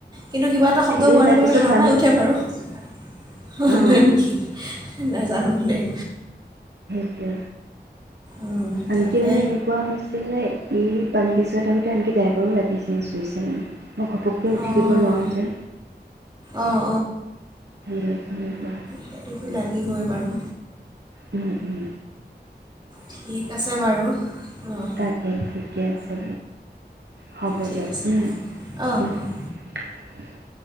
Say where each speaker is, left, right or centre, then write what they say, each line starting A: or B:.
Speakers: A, on the right; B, on the right.
A: কিন্তু কিবা এটা শব্দ
B: এই
A: হোৱাৰ
B: নাই
A: লগে
B: পিছত
A: লগে সাৰপাই
B: ভাল হৈ
A: উঠে
B: যাব
A: বাৰু। হেঁ-হেঁ
B: অঁ
A: কি নেজানোং দেই।
B: ইয়হ
A: অঁ,
B: আনকি
A: তাকে
B: মানে, এনেকুৱা হৈছিলে এই পানীকেচুৱা থাকোঁতে আনকি ড্ৰাইভাৰো ৰাতি চেঞ্জ কৰিছে। মই ঘপককৈ উঠি
A: অঁ
B: দিব নোৱাৰোঁ যে
A: অঁ
B: যেনিবা।
A: সেইতোটো লাগিবই বাৰু।
B: উম, উম
A: ঠিক আছে বাৰু। অঁ
B: তাকে, ঠিকে আছে। হ'ব
A: ঠিক
B: দিয়ক।
A: আছে অঁ,
B: উম।
A: অঁহ
B: <unintelligible>